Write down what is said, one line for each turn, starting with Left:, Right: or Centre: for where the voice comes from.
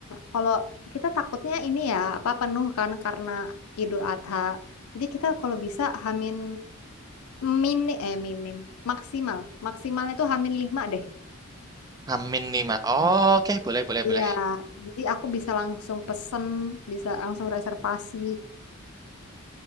Left: kalau kita takutnya ini ya apa penuh kan karena Idul Adha. Jadi kita kalau bisa hamin mini eh minim maksimal maksimalnya tuh hamin lima deh.
Right: Hamin lima oh oke, boleh boleh
Left: Iya,
Right: boleh.
Left: jadi aku bisa langsung pesen, bisa langsung reservasi.